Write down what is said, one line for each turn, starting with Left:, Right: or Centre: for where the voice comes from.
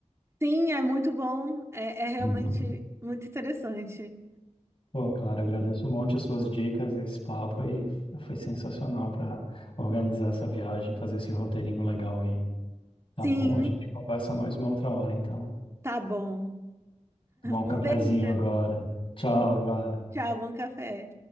Right: Sim, é muito bom. É, é realmente
Left: Uhum.
Right: muito interessante.
Left: Pô, Clara, agradeço um monte as suas dicas, esse papo aí foi sensacional para organizar essa viagem, fazer esse roteirinho legal aí. Tá
Right: Sim,
Left: bom? A gente conversa mais uma outra hora, então.
Right: tá bom.
Left: Tomar um
Right: Um
Left: cafezinho
Right: beijo.
Left: agora. Tchau, agora.
Right: Tchau, bom café.